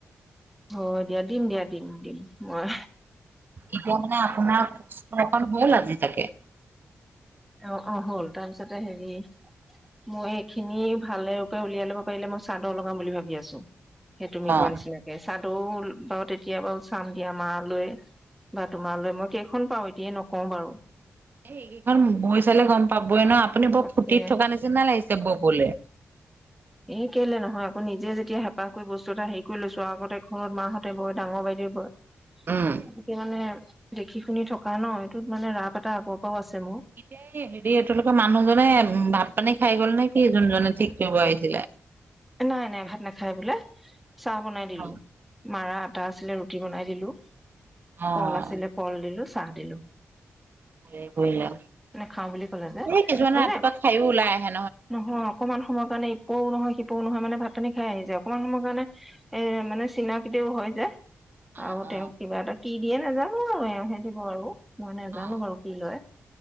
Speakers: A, in the centre; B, on the right.
A: অ দিয়া দিম দিয়া দিম দিম মই
B: এটোয়া মানে আপোনাৰ কষ্টঅকণ হল আজি তাকে
A: অ অ হ'ল টাইমছতে হেৰি মই এইখিনি ভালকে উলিয়াই লব পাৰিলে মই চাদৰ লগাম বুলি ভাবি আছো সেই তুমি
B: অ
A: কোৱা নিচিনাকে চাদৰও বাৰু তেতিয়া বাৰু চাম দিয়া মা লৈ বা তোমালৈ মই কেইখন পাও এতিয়ে নকওঁ বাৰু
B: এইকেইখন বৈ চালে গম পাবই ন আপুনি বৰ
A: তাকে
B: ফুৰ্তিত থকা নিচিনা লাগিছে ববলে
A: এই কেলে নহয় আকৌ নিজে যেতিয়া হেঁপাহ কৰি বস্তু এটা হেৰি কৰি লৈছো আগতে ঘৰত মাহঁতে বয় ডাঙৰ বাইদেউ বয়
B: উম।
A: গতিকে মানে দেখি শুনি থকা ন এইটোত মানে ৰাপ এটা আগৰ পৰাও আছে মোৰ
B: এতিয় হেৰি এইটোলোকৰ মানুহজনে ভাত পানী খাই গল নে কি যোনজনে ঠিক কৰিব আহিছিলে
A: নাই নাই ভাত নাখায় বোলে চাহ বনাই দিলো
B: অ
A: মাৰা আটা আছিলে ৰুটি বনাই দিলো
B: অ',
A: কল আছিলে কল দিলো চাহ দিলো
B: হেৰি কৰিলে
A: নেখাও বুলি কলে যে
B: এই কিছুমানে
A: মানে
B: ৰাতিপুৱা খায়ো ওলাই আহে
A: নহয় অকমান সময়ৰ কাৰণে একো নহয় শপও নহয় মানে ভাত খানী খাই আহি যায় অকমান সময়ৰ কাৰণে এ মানে চিনাকতিও হৈ যায়
B: অ
A: আৰু
B: অ
A: তেওঁক কিবা এটা কি দিয়ে নাজানো আৰু এওঁ সে দিব আৰু মই নাজানো
B: অ
A: বাৰু কি লয়